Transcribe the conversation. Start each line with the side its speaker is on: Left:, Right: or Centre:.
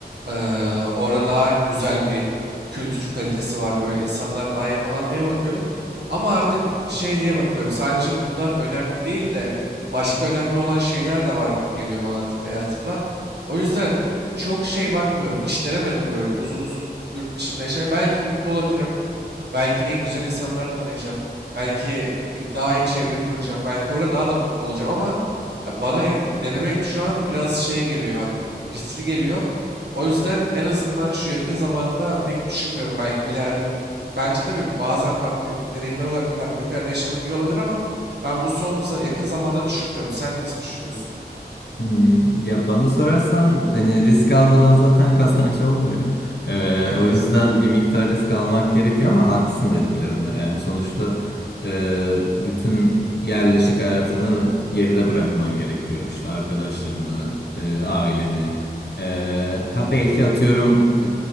Right: Ee, orada daha güzel bir kültür kalitesi var. Böyle insanlar daha iyi falan diye bakıyordum. Ama artık şey diye bakıyorum. Sadece bunlar önemli değil de başka önemli olan şeyler de var gibi geliyor bana artık hayatımda. O yüzden e, çok şey bakmıyorum. Hiç denemedim böyle uzun uzun yurt dışında yaşamayı. Belki mutlu olabilirim. Belki ne güzel insanlar tanıyacağım. Belki daha iyi çevre kuracağım. Belki orada daha da mutlu olacağım ama ya bana denemek şu an biraz şey geliyor abi. Riskli geliyor. O yüzden en azından şu yakın zamanda pek düşünmüyorum. Belki ileride bence tabii bazen farklı deneyimler olarak farklı ülkelerde yaşamak iyi olabilir ama ben bu son za- yakın zamanda düşünmüyorum. Sen nasıl düşünüyorsun?
Left: Hmm, ya bana sorarsan hani risk almadan zaten <laughs> kazanç olmuyor. Ee,
Right: Evet.
Left: o yüzden bir miktar risk almak gerekiyor ama haklısın dediklerinde. Yani sonuçta e, bütün yerleşik hayatını geride bırakman gerekiyor. İşte arkadaşlarını, e, aileni. E, ha belki atıyorum